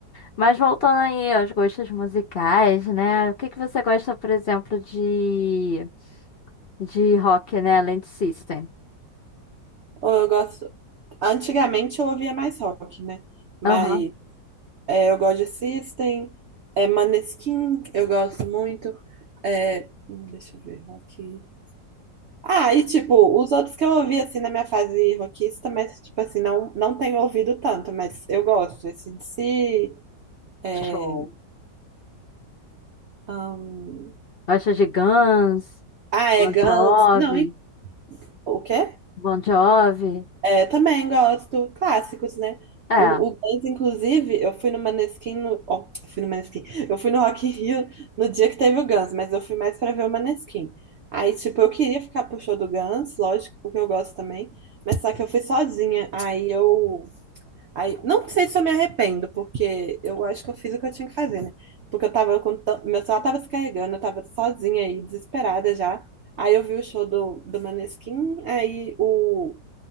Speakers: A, on the left; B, on the right.
A: Mas voltando aí aos gostos musicais, né? O que que você gosta, por exemplo, de, de rock, né? Além de System.
B: Ou eu gosto Antigamente eu ouvia mais rock, né? Mas
A: Aham.
B: é, eu gosto de System, é, Maneskin, eu gosto muito. É, hum, deixa eu ver, rock. Ah, e tipo, os outros que eu ouvi assim na minha fase rockista, mas tipo assim, não, não tenho ouvido tanto, mas eu gosto. AC/DC, é,
A: Show.
B: hum,
A: Gosta de Guns,
B: ah, é
A: Bon
B: Guns.
A: Jovi,
B: Não, e- o quê?
A: Bon Jovi.
B: É, também gosto. Clássicos, né?
A: É,
B: O, o Guns, inclusive, eu fui no Maneskin no... ó, eu fui no Maneskin. Eu fui no Rock in Rio no dia que teve o Guns, mas eu fui mais pra ver o Maneskin. Aí, tipo, eu queria ficar pro show do Guns, lógico, porque eu gosto também. Mas só que eu fui sozinha. Aí eu... Aí, não sei se eu me arrependo, porque eu acho que eu fiz o que eu tinha que fazer, né? Porque eu tava com... tan- Meu celular tava se carregando, eu tava sozinha aí, desesperada já. Aí eu vi o show do, do Maneskin, aí o